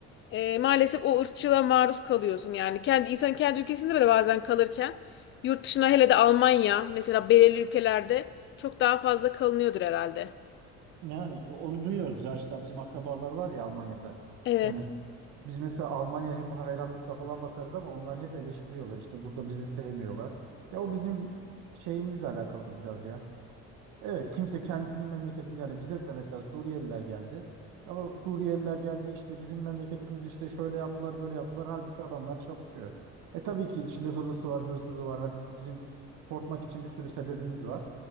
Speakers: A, on the left; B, on the right.
A: e, maalesef o ırkçılığa maruz kalıyorsun. Yani kendi insan kendi ülkesinde bile bazen kalırken yurt dışına hele de Almanya mesela belirli ülkelerde çok daha fazla kalınıyordur herhalde.
B: Yani onu duyuyoruz ya işte bizim akrabalar var ya Almanya'da.
A: Evet.
B: Yani biz mesela Almanya'ya hep hayranlıkla falan bakarız ama onlar hep eleştiriyorlar. İşte burada bizi sevmiyorlar. Ya o bizim şeyimizle alakalı biraz ya. Evet kimse kendisinin memleketini yani bize de mesela Suriyeliler geldi. Ama Suriyeliler geldi işte bizim memleketimiz işte şöyle yaptılar böyle yaptılar. Halbuki adamlar çalışıyor. E tabii ki içinde hırlısı var hırsızı var. Hani bizim korkmak için bir sürü sebebimiz var.